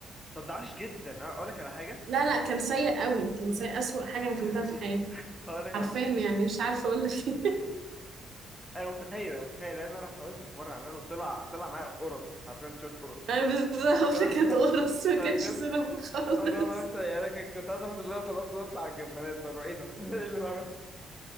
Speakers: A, in the centre; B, on the right.
A: طب ده عاش جدا أنا أقولك على حاجة
B: لا لا
A: انت
B: كان سيء قوي كان سيء اسوأ حاجة انا اكلتها
A: <laughs>
B: في حياتي
A: هقولك
B: حرفيا
A: على حاجة
B: يعني مش عارفة اقول لك ايه <laughs>
A: أنا متخيل أنا متخيل لأن أنا حاولت في مرة أعمله طلع طلع معايا قرص حرفيا شوية قرص
B: انا بالظبط
A: ف- <laughs>
B: كانت قرص ما
A: فبجد
B: كانش سينابون خالص
A: أنا ما- يعني أنا كنت عايز آخد اللي أنا طلعته ده أطلع على الجبانات بقى إيه ده؟ <laughs> إيه اللي بعمله